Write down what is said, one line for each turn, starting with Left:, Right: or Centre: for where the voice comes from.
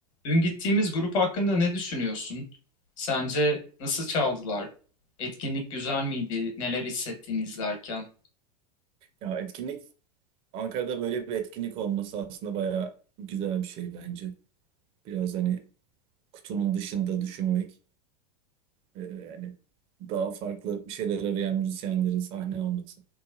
Left: Dün gittiğimiz grup hakkında ne düşünüyorsun? Sence nasıl çaldılar? Etkinlik güzel miydi? Neler hissettin izlerken?
Right: Ya etkinlik Ankara'da böyle bir etkinlik olması aslında bayağı güzel bir şey bence. Biraz hani kutunun dışında düşünmek, e, yani daha farklı bir şeyler arayan müzisyenlerin sahne alması.